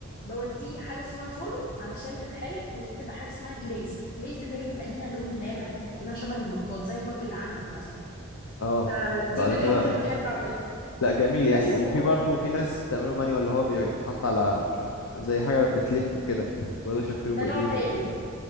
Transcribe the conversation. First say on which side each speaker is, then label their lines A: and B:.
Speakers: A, on the left (about 40°); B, on the left (about 70°).
A: بوديه حاجه اسمها فرن علشان تتحرق وتبقى حاجه اسمها جليزد جليزد اللي هي بيبقى ليها لون لامع كده كانها شبه المجات زي المج اللي عندك مثلا
B: اه
A: فدي
B: بعد
A: من الحاجات
B: كده
A: اللي أنا بحب أعملها
B: لا جميل
A: بس
B: يعني وفي
A: هو
B: برضه
A: ده
B: في ناس بتعمله ماني اللي هو بي- بيتحط على مش عارف زي حاجة بتلف وكده ويقعدوا يشكلوه
A: ده
B: بإيديهم
A: نوع تاني
B: وال...